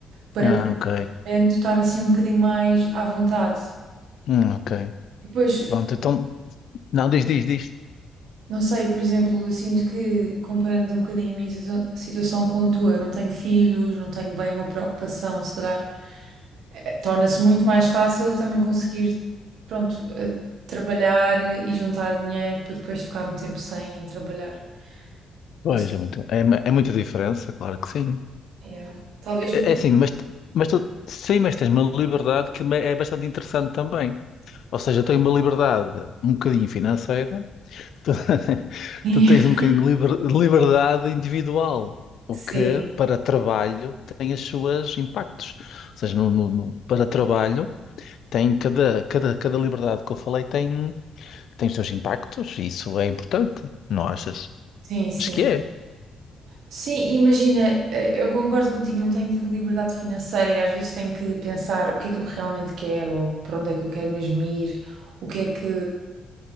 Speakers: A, on the right; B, on the left.
A: para
B: Ah,
A: poder
B: ok.
A: estar assim um bocadinho mais à vontade.
B: Hum, ok.
A: E depois,
B: Pronto, então, não, diz, diz, diz.
A: não sei, por exemplo, eu sinto que, comparando um bocadinho a minha situa- situação com a tua, não tenho filhos, não tenho bem uma preocupação, se calhar, eh, torna-se muito mais fácil eu também conseguir, pronto, eh, trabalhar e juntar dinheiro para depois ficar um tempo sem trabalhar.
B: Pois,
A: Não sei.
B: é muito, é, é muita diferença, claro que sim.
A: Yeah. Talvez
B: É
A: no teu.
B: é assim, mas, mas tu, sim, mas tens uma liberdade que é bastante interessante também. Ou seja, eu tenho uma liberdade um bocadinho financeira, <laughs>
A: <laughs>
B: tu tens um bocadinho de liber- liberdade individual, o
A: Sim,
B: que para trabalho tem as suas impactos. Ou seja, no, no- no- para trabalho tem cada, cada, cada liberdade que eu falei tem, tem os seus impactos, e isso é importante, não achas?
A: sim, sim.
B: Acho que é.
A: Sim, imagina, eh, eu concordo contigo, não tenho tido liberdade financeira e às vezes tenho que pensar o que é que eu realmente quero, ou para onde é que eu quero mesmo ir, o que é que,